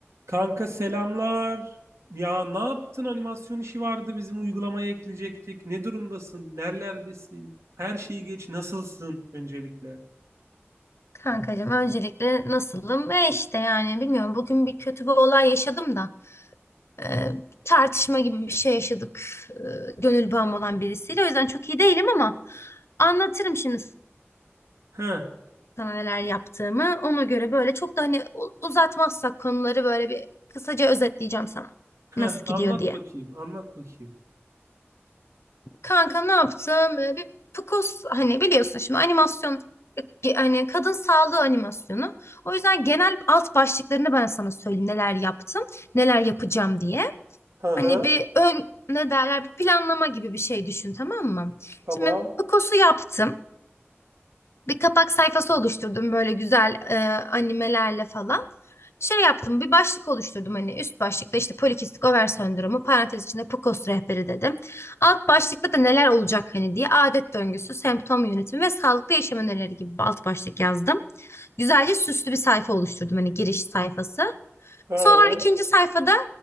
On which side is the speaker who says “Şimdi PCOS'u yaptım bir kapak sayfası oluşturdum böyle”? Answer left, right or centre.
Left